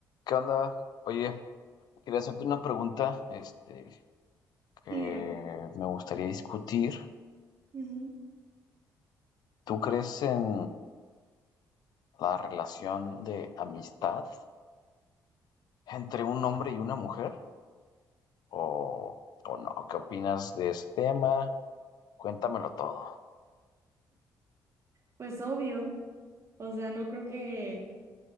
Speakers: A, on the left; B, on the right.
A: ¿Qué onda? Oye, quería hacerte una pregunta, este, que
B: Dime.
A: me gustaría discutir.
B: Ujú.
A: ¿Tú crees en la relación de amistad entre un hombre y una mujer? ¿O, o no? ¿Qué opinas de ese tema? Cuéntamelo todo.
B: Pues obvio, o sea, no creo que...